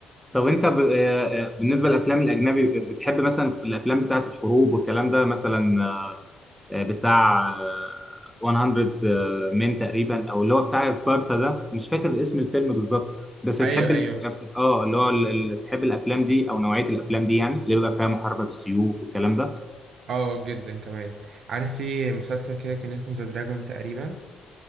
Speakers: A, in the centre; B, on the right.
A: طب انت ب... آه، آه، بالنسبه للافلام الاجنبي بتحب مثلا في الافلام بتاعه الحروب والكلام ده مثلا آه، آه، بتاع آه، 100 مين تقريبا او اللي هو بتاع سبارتا ده مش فاكر اسم الفيلم بالظبط بس
B: ايوه
A: بتحب
B: ايوه
A: الأف- اه اللي هو ال- ال- بتحب الافلام دي او نوعيه الافلام دي يعني اللي بيبقى فيها محاربه بالسيوف والكلام ده
B: اه جدا كمان عارف في مسلسل كده كان اسمه ذا دراجون تقريبا